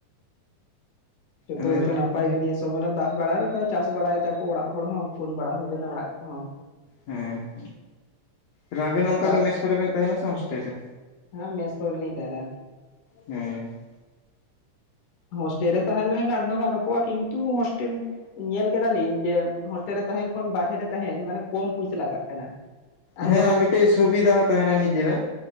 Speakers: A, on the left (about 80°); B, on the left (about 65°).
A: ᱡᱚᱛᱚ
B: ᱟᱞᱮ
A: ᱜᱮᱛᱚ
B: ᱦᱚᱸ
A: ᱱᱟᱯᱟᱭ
B: ᱡᱚᱛᱚ
A: ᱜᱮ ᱱᱤᱭᱟᱹ ᱥᱚᱢᱚᱱᱮ ᱫᱟᱜ ᱵᱟᱲᱟᱭ ᱪᱟᱥ ᱵᱟᱲᱟᱭ ᱫᱟᱠᱚ ᱚᱲᱟᱜ ᱦᱚᱲ ᱦᱚᱸ ᱯᱷᱩᱱ ᱵᱟᱲᱟ ᱦᱩᱭ ᱞᱮᱱᱟ ᱚᱲᱟᱜ ᱠᱚ ᱦᱚᱸ
B: ᱦᱮᱸ ᱟᱨ ᱟᱵᱮᱱ ᱦᱚᱸ ᱚᱱᱠᱟ
A: ᱪᱟᱥ
B: ᱜᱮ ᱢᱮᱥ ᱠᱚᱨᱮ ᱵᱮᱱ ᱛᱟᱦᱮᱱᱟ ᱥᱮ ᱦᱚᱥᱴᱮᱞ ᱨᱮ
A: ᱦᱮᱸ ᱢᱮᱥ ᱠᱚᱨᱮ ᱜᱮᱞᱤᱧ ᱛᱟᱦᱮᱱᱟ
B: ᱦᱩᱸ
A: ᱦᱚᱥᱴᱮᱞ ᱨᱮ ᱛᱟᱦᱮ ᱱᱟᱦᱮᱸ ᱜᱟᱱ ᱫᱚ ᱜᱟᱱ ᱠᱚᱜ-ᱟ ᱠᱤᱱᱛᱩ ᱦᱚᱥᱴᱮᱞ ᱧᱮᱞ ᱠᱮᱫᱟ ᱞᱤᱧ ᱡᱮ ᱦᱚᱥᱴᱮᱞ ᱨᱮ ᱛᱟᱦᱮᱸᱱ ᱠᱷᱚᱱ ᱵᱟᱨᱦᱮ ᱨᱮ ᱛᱟᱦᱮᱸᱱ ᱢᱟᱱᱮ ᱠᱚᱢ ᱯᱩᱭᱥᱟᱹ ᱞᱟᱜᱟᱜ ᱠᱟᱱᱟ ᱟᱫᱚ
B: ᱦᱮᱸ ᱟᱨ ᱠᱟᱹᱴᱤᱡ ᱥᱩᱵᱤᱫᱟ ᱦᱚᱸ ᱛᱟᱦᱮᱱᱟ ᱱᱤᱡᱮᱨᱟᱜ